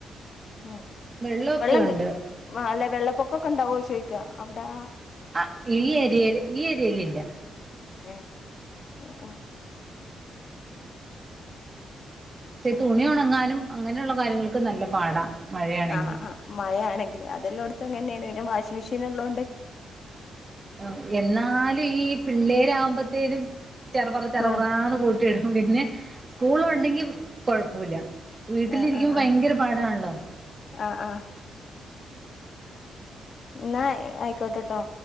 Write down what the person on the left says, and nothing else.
ഉം
വെള്ളം
കേ <unintelligible> അല്ലെ വെള്ളപ്പൊക്കൊക്കെ ഉണ്ടാവോ ചോയിക്ക അവ്ടാ
ഏഹ് ഓഹ് ആഹ്
ആഹ് ആഹ് മഴയാണെങ്കില് അതെല്ലോട്ത്തു അങ്ങനെന്യാണ് പിന്നെ വാഷിംങ്ങ് മെഷീന്ള്ളോണ്ട്
ആഹ്
ആഹ് ആഹ്
ആഹ്
ആഹ് ആഹ് ഇന്നാ ആയിക്കോട്ടെട്ടോ